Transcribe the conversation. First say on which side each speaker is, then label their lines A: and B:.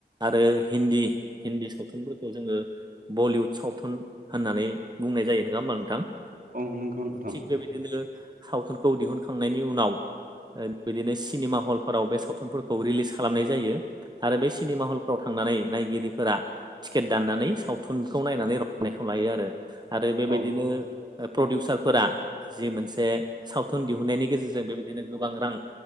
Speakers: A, on the right (about 25°); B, on the right (about 50°).
A: आरो हिन्दी हिन्दी सावथुनफोरखौ जोङो बलिीउुद सावथुन होननानै बुंनाय जायो नङा होमबा नोंथां?
B: औ नंगौ नोंथां
A: थिग बेबायदिनो सावथुनखौ दिहुनखांनायनि उनाव बेबायदिनो सिनेमा हलफोराव बे सावथुनफोरखौ रिलिस खालामनाय जायो। आरो बे सिनेमा हलफ्राव थांनानै नायगिरिफोरा टिकेट दाननानै सावथुनखौ नायनानै रंनायखौ लायो आरो आरो बेबायदिनो
B: औ
A: प्रडिउसारफोरा जि मोनसे सावथुन दिहुननायनि गेजेरजों बेबायदिनो गोबां रां